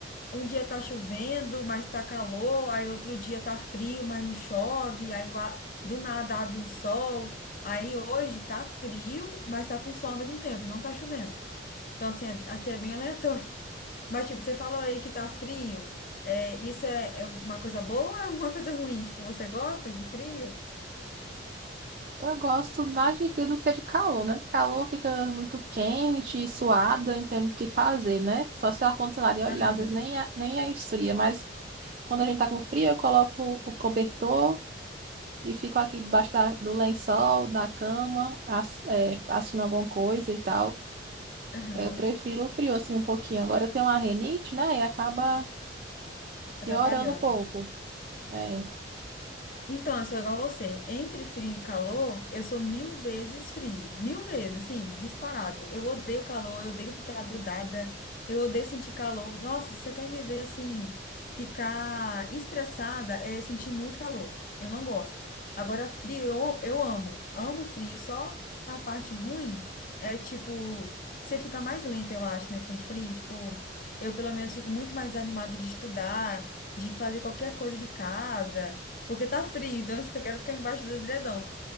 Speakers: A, on the left; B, on the right.
A: um dia tá chovendo, mas tá calor, aí outro dia tá frio, mas não chove, aí o a- do nada abre um sol, aí hoje tá frio, mas tá com sol ao mesmo tempo, e não tá chovendo. Então, assim, é- aqui é bem aleatório. Mas, tipo, você falou aí que tá frio. É, isso é, é uma coisa boa ou é uma coisa ruim? Tipo, você gosta de frio?
B: Eu gosto mais de frio do que de calor, né? Calor fica muito quente, suada, não tem muito o que fazer, né? Só se o ar-condicionado e olhar,
A: Aham.
B: às vezes nem, a- nem é esfria, mas quando a gente tá com frio, eu coloco o cobertor e fico aqui debaixo da- do lençol, na cama, ass- é, assistindo alguma coisa e tal.
A: Aham.
B: Eu prefiro o frio, assim, um pouquinho. Agora eu tenho uma rinite, né? E acaba
A: Atrapalhando.
B: piorando um pouco. É,
A: Então, eu sou igual a você. Entre frio e calor, eu sou mil vezes frio. Mil vezes, assim, disparado. Eu odeio calor, eu odeio ficar grudada, eu odeio sentir calor. Nossa, se você quer me ver assim, ficar estressada, é sentir muito calor. Eu não gosto. Agora, frio, eu, eu amo. Amo frio. Só a parte ruim é, tipo, você fica mais lenta, eu acho, né, com frio. Tipo, eu pelo menos fico muito mais animada de estudar, de fazer qualquer coisa de casa. Porque tá frio, então eu só quero ficar embaixo do edredom.